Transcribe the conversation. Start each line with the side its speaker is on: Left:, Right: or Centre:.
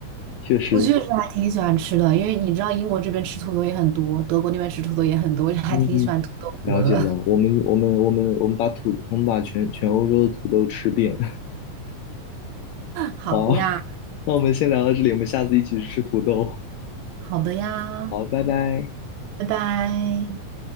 Left: 确实，
Right: 我确实还挺喜欢吃的，因为你知道英国这边吃土豆也很多，德国那边吃土豆也很多，我就还挺喜欢土豆国的。
Left: 嗯，了解了，我们我们我们我们把土我们把全全欧洲的土豆吃遍。<laughs>
Right: 好的呀，
Left: 好，那我们先聊到这里，我们下次一起去吃土豆。
Right: 好的呀，
Left: 好，拜拜。
Right: 拜拜。